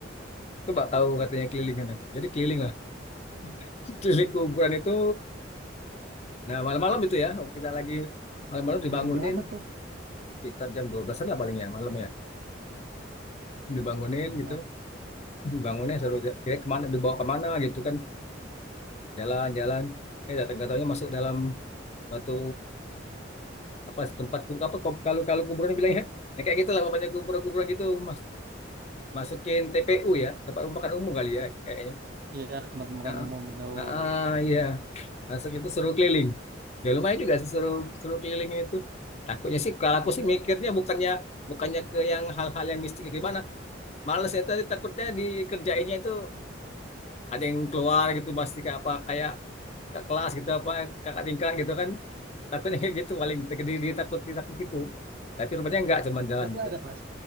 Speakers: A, on the left (about 35°); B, on the right (about 55°).
A: coba tahu katanya kelilingan ya. jadi keliling lah <laughs> keliling kuburan itu nah malam-malam itu ya kita lagi malam-malam dibangunin
B: jam berapa tuh?
A: kita jam dua belasan lah palingnya malam ya dibangunin
B: Iya,
A: gitu bangunnya suruh kira kemana dibawa kemana gitu kan jalan-jalan eh nggak tahunya masuk dalam batu apa tempat ku- apa kalau kalau kuburan bilangnya Nah, kayak gitu lah pokoknya kuburan-kuburan gitu mas masukin TPU ya, tempat pembukaan umum kali ya kayaknya.
B: iya tempat makan
A: Heeh.
B: umum benar.
A: Heeh, iya, masuk itu suruh keliling. Ya lumayan juga sih suruh suruh kelilingin itu. Takutnya sih kalau
B: Tapi
A: aku
B: ada,
A: sih mikirnya bukannya bukannya ke yang hal-hal yang mistik kayak gimana. Males ya tadi takutnya dikerjainnya itu ada yang keluar gitu pasti kayak apa kayak ke kelas gitu apa kakak tingkat gitu kan. Takutnya <laughs> kayak gitu paling jadi takut ditakut gitu. Tapi rupanya enggak cuman
B: te-
A: jalan
B: tapi
A: gitu.
B: ada mas.